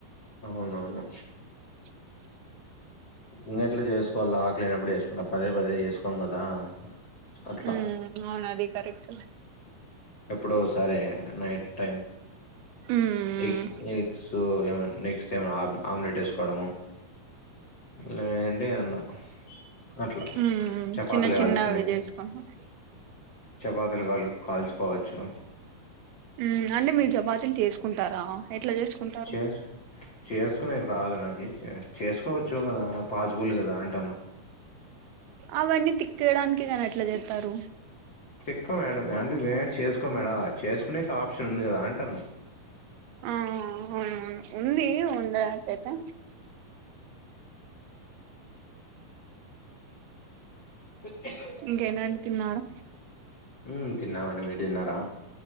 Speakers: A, on the left (about 40°); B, on the right (about 85°).
A: అవును అవును
B: చ్
A: ఇంగెట్లా చేసుకోవల్లా ఆకలైనప్పుడు వేసుకుం పదే పదే చేసుకోం కదా అట్లా
B: ఉ అవును అది కరెక్ట్
A: ఎప్పుడో ఒసారి నైట్ టైం
B: ఉమ్
A: ఎగ్ ఎగ్స్ ఏమ నెక్స్ట్ టైమ్ ఆమ్లెట్ వేసుకోవడము లేండి ఏదన్న అట్ల
B: ఉమ్
A: చపాతులు
B: చిన్న చిన్నవి
A: కాల్చుకొనికి
B: చేసుకుంటాం
A: చపాతులు కాల్ కాల్చుకోవచ్చు
B: మ్ అంటే మీరు చపాతీలు చేసుకుంటారా ఎట్లా చేసుకుంటారు
A: చేసు చేసుకునేకి రాదు నాకి చెస్ చేసుకోవచ్చు కదా పాసిబుల్ కదా అంటన్నా
B: అవన్నీ తిక్కడానికి కదా అట్లా జేత్తారు
A: తిక్కం యాడ అండి చేసుకో మేడ చేసుకునేకి ఆప్షన్ ఉంది కదా అంటన్నా
B: ఆ మ్ ఉంది ఉండకైతే
A: స <unintelligible>
B: ఇంకేనా తిన్నారా
A: మ్ తిన్నామండి మీరు తిన్నారా